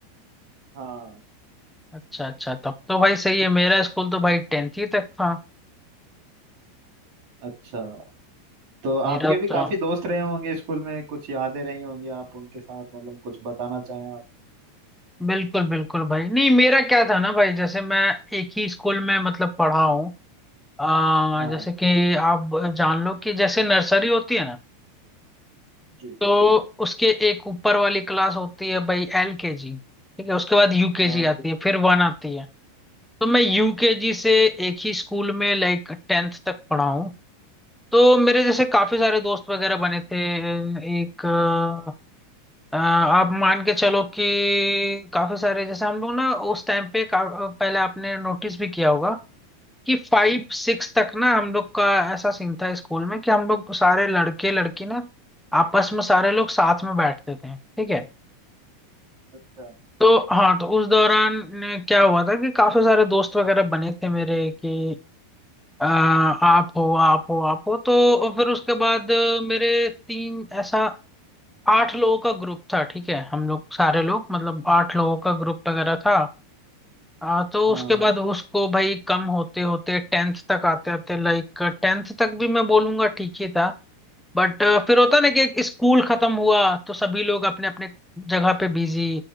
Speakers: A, on the right; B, in the centre.
A: हाँ
B: अच्छा अच्छा तब तो भाई सही है मेरा स्कूल तो भाई टेंथ ही तक था
A: अच्छा तो
B: मेरा
A: आपके भी
B: तो
A: काफी दोस्त रहे होंगे स्कूल में कुछ यादें रही होंगी आप उनके साथ मतलब कुछ बताना चाहें आप
B: बिल्कुल बिल्कुल भाई नहीं मेरा क्या था ना भाई जैसे मैं एक ही स्कूल में मतलब पढ़ा हूँ आ,
A: हाँ
B: जैसे कि आप जान लो कि जैसे नर्सरी होती है ना
A: जी
B: तो उसके एक ऊपर वाली क्लास होती है भाई एल के जी ठीक है उसके बाद यूकेजी
A: हाँ
B: आती है फिर वन आती है तो मैं यूकेजी से एक ही स्कूल में लाइक टेंथ तक पढ़ा हूँ तो मेरे जैसे काफी सारे दोस्त वगैरह बने थे एक अ, अ, आप मान के चलो कि काफी सारे जैसे हम लोग ना उस टाइम पे का- पहले आपने नोटिस भी किया होगा कि फाइव सिक्स तक ना हम लोग का ऐसा सीन था स्कूल में कि हम लोग सारे लड़के लड़की ना आपस में सारे लोग साथ में बैठते थे ठीक है
A: अच्छा
B: तो हाँ तो उस दौरान क्या हुआ था कि काफी सारे दोस्त वगैरह बने थे मेरे कि आ, आप हो आप हो आप हो तो फिर उसके बाद अ, मेरे तीन ऐसा आठ लोगों का ग्रुप था ठीक है हम लोग सारे लोग मतलब आठ लोगों का ग्रुप वगैरह था आ, तो
A: हाँ
B: उसके बाद उसको भाई कम होते होते टेंथ तक आते आते लाइक टेंथ तक भी मैं बोलूंगा ठीक ही था बट फिर होता ना कि एक स्कूल खत्म हुआ तो सभी लोग अपने अपने जगह पे बिजी